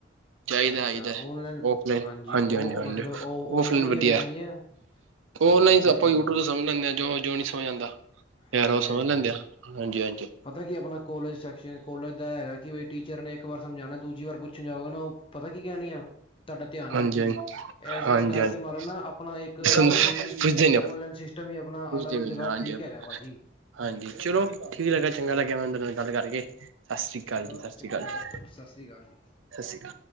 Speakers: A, on the right (about 75°); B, on the left (about 25°).
A: ਚਾਹੀਦਾ
B: ਅੱਛਾ
A: ਆਈ ਦਾ।
B: ਔਨਲਾਈਨ
A: ਓਫਲਾਈਨ ਹਾਂਜੀ
B: ਉਹ
A: -ਹਾਂਜੀ
B: ਮਤਲਬ
A: ਹ
B: ਉਹ ਔਨਲਾਈਨ
A: ਓਫਲਾਈਨ
B: ਵੀ
A: ਵਧੀਆ
B: ਹੈਗਾ ਜਾਂ
A: ਓਨਲਾਈਨ
B: ਬਿਲਕੁਲ ਬਿਲਕੁਲ
A: ਆਪਾਂ ਯੂਟਿਊਬ ਤੋਂ ਸਮਝ ਲੈਂਦੇ ਹਾਂ। ਜੋ- ਜੋ ਨਹੀਂ ਸਮਝ ਆਉਂਦਾ। ਯਾਰ
B: ਹਾਂਜੀ
A: ਉਹ ਸਮਝ
B: ਹਾਂਜੀ
A: ਲੈਂਦੇ ਆ। ਹਾਂਜੀ- ਹਾਂਜੀ।
B: ਪਤਾ ਕੀ ਆਪਣਾ ਕੋਲਜ ਸੈਕਸ਼ਨ ਕੋਲਜ ਦਾ ਹੈਗਾ ਕਿ ਬਈ ਟੀਚਰ ਨੇ ਇੱਕ ਵਾਰ ਸਮਝਾਉਣਾ ਦੂਜੀ ਵਾਰ ਪੁੱਛਣ ਜਾਊਗਾ ।ਨਾ ਉਹ ਪਤਾ ਕੀ ਕਹਿਣ ਗਿਆ ਆ ਤੁਹਾਡਾ ਧਿਆਨ
A: ਹਾਂਜੀ,
B: ਕਿੱਥੇ ਸੀ ਇਸ
A: ਹਾਂਜੀ,
B: ਦੇ ਡਰ ਦੇ ਮਾਰਨ ਨਾ ਆਪਣਾ ਇੱਕ
A: ਹਾਂਜੀ
B: ਓਨਲਾਈਨ,
A: ਪੁੱਛਦੇ ਨੀ ਆਪਾਂ
B: ਓਨਲਾਈਨ ਸਿਸਟਮ ਹੀ ਆਪਣਾ
A: ਪੁੱਛਦੇ
B: ਅਲੱਗ
A: ਵੀ
B: ਜਗ੍ਹਾ
A: ਨੀ ਹਾਂਜੀ,
B: ਠੀਕ ਹੈਗਾ ਭਾਜੀ।
A: ਹਾਂਜੀ ਚਲੋ ਠੀਕ ਲੱਗਾ ਚੰਗਾ ਲੱਗਿਆ ਮੈਨੂੰ ਤੁਹਾਡੇ ਨਾਲ ਕਰਕੇ <unintelligible>
B: ਚਲੋ
A: ਸਤਿ ਸ੍ਰੀ
B: ਚੰ
A: ਅਕਾਲ ਜੀ,
B: ਮਤ ਸਤਿ ਸ੍ਰੀ ਅਕਾਲ ਜੀ।
A: ਸਤਿ ਸ੍ਰੀ ਅਕਾਲ।